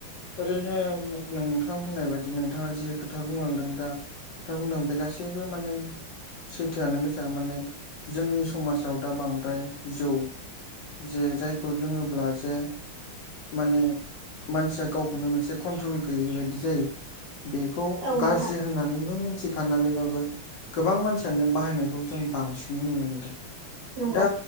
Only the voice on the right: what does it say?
औ
नोंथां
नंगौ